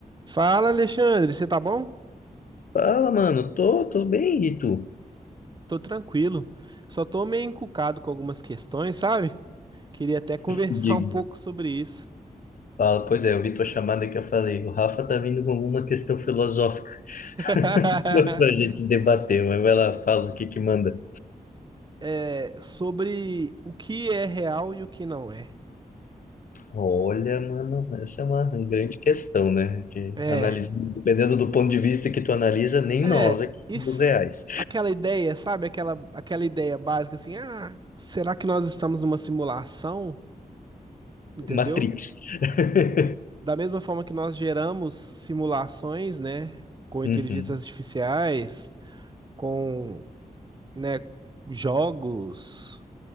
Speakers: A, on the right; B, on the left.
A: Fala, Alexandre, você tá bom?
B: Fala, mano. Tô, tô bem, e tu?
A: Tô tranquilo. Só tô meio encucado com algumas questões, sabe? Queria até <laughs> conversar
B: Digo,
A: um pouco sobre isso.
B: Fala, pois é, eu vi tua chamada que eu falei. O Rafa tá vindo com alguma questão filosófica
A: <laughs>
B: <laughs> pra gente debater, mas vai lá, fala o que que manda.
A: É, sobre o que é real e o que não é.
B: Olha, mano, essa é uma grande questão, né? Que
A: É,
B: analisa, dependendo do ponto de vista que tu analisa, nem
A: é,
B: nós aqui
A: isso,
B: somos reais.
A: aquela ideia, sabe? Aquela, aquela ideia básica assim, ah, será que nós estamos numa simulação? Entendeu?
B: Matrix. <laughs>
A: Da mesma forma que nós geramos simulações, né? Com inteligências
B: Uhum,
A: artificiais, com né, jogos,